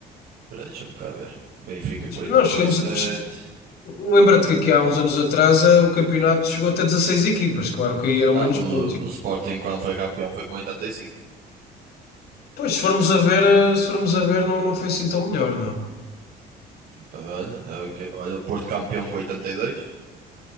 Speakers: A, on the right (about 65°); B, on the left (about 70°).
A: Espera aí, deixa-me cá ver. Benfica com 87.
B: Nós chegamos. che- Lembra-te que aqui há uns anos atrás eh, o campeonato chegou até 16 equipas, claro que aí eram
A: Ah,
B: menos
A: o,
B: pontos.
A: o Sporting, quando foi campeão, foi com 85.
B: Pois, se formos a ver, eh, se formos a ver, não, não foi assim tão melhor, não.
A: Olha, é o que- olha, o Porto campeão com 82.